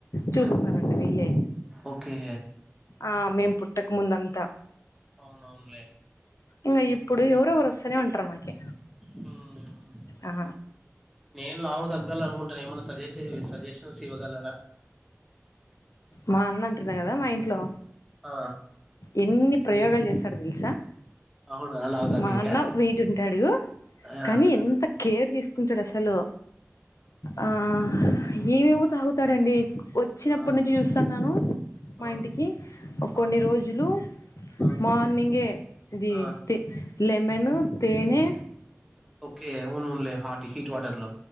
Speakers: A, on the left; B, in the centre.
A: చూసుకున్నారంట
B: హ్మ్.
A: వీళ్ళే
B: ఓకే
A: ఆ మేం పుట్టక ముందంతా
B: అవునవునులే
A: ఇంకా ఇప్పుడు ఎవరో ఒకరు వస్త ఉంటరు మాకి
B: హ్మ్.
A: ఆ
B: నేను లావు తగ్గాల అనుకుంటాన ఏమన్నా సజెషన్ సజెషన్స్ ఇవ్వగలరా
A: మా అన్న అంటున్నా కదా మా ఇంట్లో
B: ఆ
A: ఎన్ని ప్రయోగాలు చేసడు తెలుసా
B: అవునా లావు తగ్గేకా
A: మా అన్న వెయిట్ ఉంటాడు
B: ఆ
A: కానీ ఎంత కేర్ తీసు కుంటాడు అసలు ఆ ఏమేవో తాగుతాడండి ఒట్ వచ్చినప్పటి
B: ఆ
A: నుంచి చూస్తున్నాను మా
B: ఆ
A: ఇంటికి ఒ కొన్ని
B: ఆ
A: రోజు జులు
B: ఆ
A: మార్నింగే ఇది
B: ఆ
A: తి లెమను తేనె
B: ఓకే ఊనున్లే హాట్ హీట్ వాటర్ లో